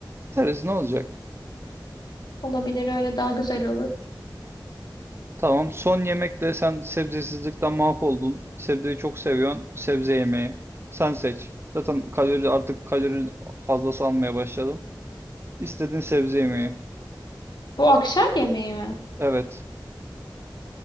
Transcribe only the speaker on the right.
Katarız ne olacak?
Tamam. Son yemekte sen sebzesizlikten mahvoldun. Sebzeyi çok seviyorsun. Sebze yemeği. Sen seç. Zaten kalori artık kalori fazlası almaya başladım. İstediğin sebze yemeği.
Evet.